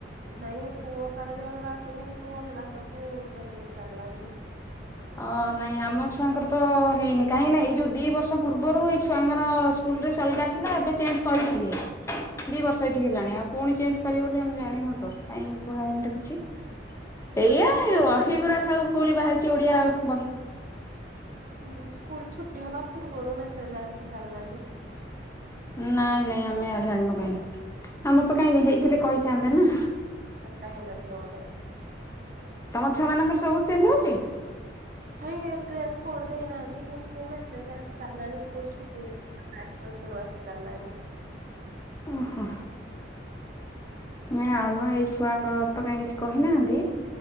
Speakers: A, on the right; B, on the left.
A: ନାଇଁ ପୁଅ କାର ବି ଆମର ଅଛିନି କିନ୍ତୁ ଅଲଗା ସବୁ <unintelligible> ଚେଞ୍ଜ ହେଇ ସାରିଲାଣି।
B: ଅ ନାଇଁ ଆମ ଛୁଆଙ୍କର ତ ହେଇନି କାହିଁକି ନା ଏଇ ଯୋଉ ଦି ବର୍ଷ ପୂର୍ବରୁ ଏଇ ଛୁଆଙ୍କର ସ୍କୁଲ୍ ଡ୍ରେସ୍ ଅଲଗା ଥିଲା ଏବେ ଚେଞ୍ଚ କରିଥିଲେ। ଦି ବର୍ଷ ଏଠିକି ହେଲାଣି ଆଉ ପୁଣି ଚେଞ୍ଚ କରିବୁ ଗୋଟେ ଆମେ ଜାଣିନୁ ତ କାଇଁ କୁହା ହେଇନି ତ କିଛି।
A: ମାଙ୍କର
B: ଏଇଆ ଏଇ
A: ସ୍କୁଲ
B: ବହିଗୁଡ଼ା
A: ପୂର୍ବ
B: ସବୁ ଭୁଲ
A: ଡ୍ରେସ
B: ବାହାରିଚି ଓଡିଆ ବହି
A: ହଁ ସ୍କୁଲ ଛୁଟି ହବା ପୂର୍ବରୁ ମେସେଜ ଆସି ସରିଲାଣି।
B: ନାଇଁ ନାଇଁ ଆମେ ଆଉ ଜାଣିନୁ କାଉଁ ଆମର ତ କାଇଁ ହେଇ ଥିଲେ କହିଥାନ୍ତେ ନା?
A: କଟା ହେଇନଥିବ ବୋଧେ।
B: ତମ ଛୁଆ ମାନଙ୍କର ସବୁ ଚେଞ୍ଜ ହଉଛି?
A: କାଇଁ ଏ ଡ୍ରେସ କୋଡ ଦେଇନାହାନ୍ତି କିନ୍ତୁ ମୁ। <unintelligible> ସ୍କୁଲ୍ ଛୁଟି <unintelligible> ମାର୍ଚ୍ଚ ମାସ ରୁ ଆସି ସାରଲାଣି।
B: ଓହୋ। ନାଇ ଆମ ଏଇ ଛୁଆଙ୍କର ତ କାହିଁ କିଛି କହିନାହାନ୍ତି?